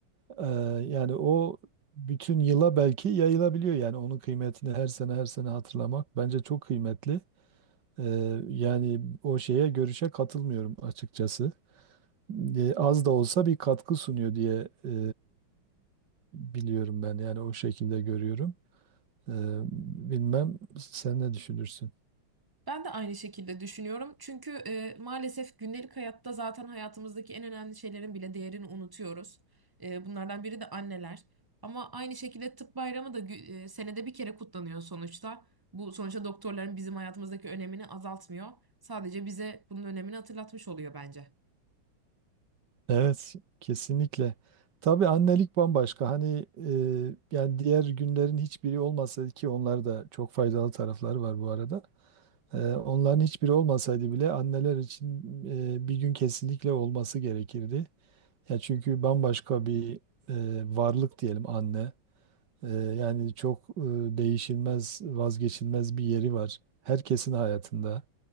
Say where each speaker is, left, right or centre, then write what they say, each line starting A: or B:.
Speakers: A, on the right (about 55°); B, on the right (about 25°).
A: E, yani o bütün yıla belki yayılabiliyor yani onun kıymetini her sene her sene hatırlamak bence çok kıymetli. E, yani o şeye görüşe katılmıyorum açıkçası. E, az da olsa bir katkı sunuyor diye e, biliyorum ben yani o şekilde görüyorum. Ee, bilmem sen ne düşünürsün?
B: Ben de aynı şekilde düşünüyorum. Çünkü e, maalesef gündelik hayatta zaten hayatımızdaki en önemli şeylerin bile değerini unutuyoruz. E, bunlardan biri de anneler. Ama aynı şekilde tıp bayramı da gü- e, senede bir kere kutlanıyor sonuçta. Bu sonuçta doktorların bizim hayatımızdaki önemini azaltmıyor. Sadece bize bunun önemini hatırlatmış oluyor bence.
A: Evet, kesinlikle. Tabii annelik bambaşka. Hani e, yani diğer günlerin hiçbiri olmasaydı ki onlar da çok faydalı tarafları var bu arada. Ee, onların hiçbiri olmasaydı bile anneler için e, bir gün kesinlikle olması gerekirdi. Ya çünkü bambaşka bir e, varlık diyelim anne. E, yani çok e, değişilmez, vazgeçilmez bir yeri var herkesin hayatında.